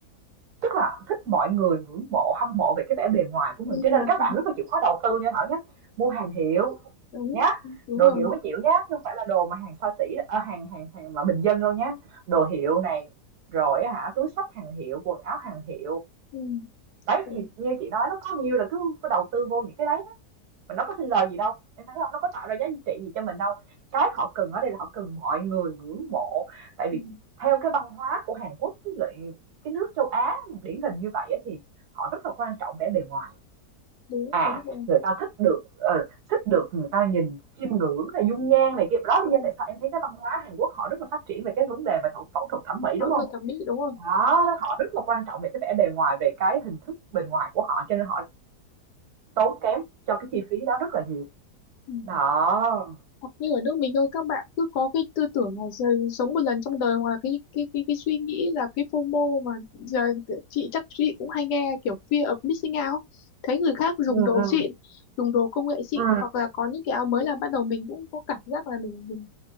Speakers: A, on the right; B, on the left.
A: Tức là thích mọi người ngưỡng mộ, hâm mộ về cái vẻ bề ngoài của mình,
B: Ừ.
A: cho nên là các
B: ừ,
A: bạn rất là chịu khó đầu tư nha Thảo nhé, Mua hàng hiệu
B: đúng
A: nhé,
B: đúng
A: đồ
B: rồi
A: hiệu mới chịu nhé, chứ hông phải là đồ mà hàng xa xỉ, ờ, hàng hàng hàng mà bình dân đâu nhé. Đồ hiệu này, rồi hả túi xách hàng hiệu, quần áo hàng hiệu.
B: ừ.
A: Đấy,
B: Ừ.
A: thì như chị nói nó có nhiều là cứ có đầu tư vô những cái đấy mà nó có xin lời gì đâu, em thấy hông? Nó có tạo ra giá trị gì cho mình đâu. Cái họ cần ở đây là họ cần mọi người ngưỡng mộ, tại
B: Ừ.
A: vì theo cái văn hóa của Hàn Quốc với lại cái nước châu Á điển hình như vậy á, thì họ rất là quan trọng vẻ bề ngoài.
B: đúng
A: À,
B: đúng rồi
A: người ta thích được ờ, thích được người ta nhìn, chiêm ngưỡng này, dung nhan này kia. Đó
B: Ừ.
A: lý do tại sao em thấy cái văn hóa Hàn Quốc họ rất là phát triển về cái vấn đề về phẫu thuật thẩm mỹ, đúng
B: phẫu
A: không
B: thuật thẩm mỹ đúng rồi
A: Đó, họ rất là quan trọng về cái vẻ bề ngoài, về cái hình thức bề ngoài của họ, cho nên họ tốn kém cho cái chi phí đó rất là nhiều.
B: ừ.
A: Đó.
B: hoặc như ở nước mình thôi các bạn cứ có cái tư tưởng là giờ- sống một lần trong đời hoặc là cái cái cái cái suy nghĩ là cái FOMO mà giờ chị chắc chị cũng hay nghe kiểu fear of missing out thấy người khác dùng
A: ừ
B: đồ
A: ừ
B: xịn dùng đồ công nghệ xịn
A: ừ
B: hoặc là có những cái áo mới là bắt đầu mình cũng có cảm giác là mình mình